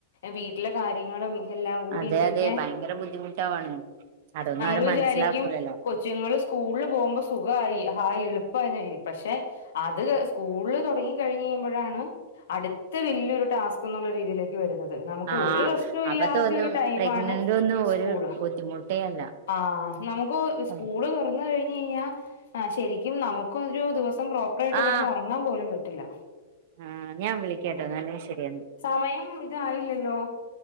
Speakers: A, on the left; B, on the right.
A: വില <inaudible> എല്ലാം കൂടും
B: അതെ
A: പിന്നെ
B: അതെ ഭയങ്കര ബുദ്ധിമുട്ടാവാണ് അതൊന്നും
A: നമ്മൾ
B: അവര് മനസ്സിലാക്കൂലല്ലോ
A: വിചാരിക്കും കൊച്ചുങ്ങൾ സ്കൂളിൽ പോകുമ്പോ സുഖമായി ഹായിളും ഇപ്പിയിനെ പക്ഷെ അത് സ്കൂളിൽ തൊടങ്ങി കഴിഞ്ഞ് കഴിയുമ്പോഴാണ് അടുത്ത് വെല്ലി യൊരു ടാസ്ക് എന്നുള്ള രീതിയിലേക്ക് വരുന്നത് അത് നമുക്ക്
B: ആഹ്
A: ഒരു പ്പില്ലാത്തൊരു
B: അപ്പൊ തോന്നും
A: ടൈമാണ്
B: പ്രഗ്നന്റ് ഒന്നും
A: സ്കൂൾ
B: ഒരു ബുദ്ധിമുട്ടേ അല്ല
A: ആ നമുക്ക് സ്കൂൾ
B: ആഹ്
A: തൊറന്ന് ന്ന്കഴിഞ്ഞ് കഴിഞ്ഞ അ ശരിക്കും നമുക്കും ക്കൊരോ ദിവസം പ്രോപ്പായിട്ട്
B: ആഹ്
A: കെടന്നെറങ്ങാൻ പോലും പറ്റും ട്ടില്ല
B: ആഹ് ഞാൻ വിളിക്കാട്ടോ
A: ആ
B: എന്നാല് ശരിയെന്നാ
A: സമയം ഇതായില്ലല്ലോ